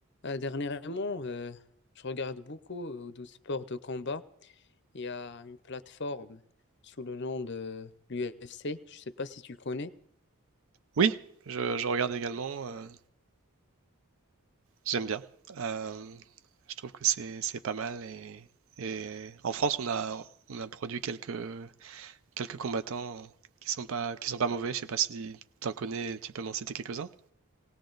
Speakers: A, on the left; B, on the right.
A: Euh, dernièrement, euh, je regarde beaucoup euh, de sports de combat. Il y a une plateforme sous le nom de l'UFC. Je ne sais pas si tu connais.
B: Oui, je, je regarde également, euh, j'aime bien. Euh, je trouve que c'est c'est pas mal et, et en France on a on a produit quelques quelques combattants qui sont pas qui sont pas mauvais. Je sais pas si tu en connais, tu peux m'en citer quelques-uns.